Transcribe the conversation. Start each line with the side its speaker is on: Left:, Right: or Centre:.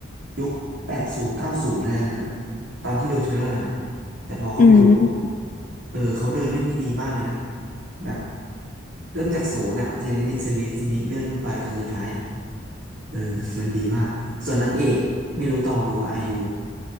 Right: ยุคแปดศูนย์เก้าศูนย์อะไรอย่างเงี้ยนะตอนที่ดูเทรลเลอร์นะแต่พอเข้าไปดูปุ๊บ
Left: อืม
Right: เออเขาเดินเรื่องได้ดีมากเลยนะแบบเริ่มจากศูนย์อ่ะทีละนิดทีละนิดทีละนิดเลื่อนขึ้นไปจนสุดท้าย เออ <laughs> มันมันดีมากส่วนนางเอกไม่รู้ตองดูว่าไอยู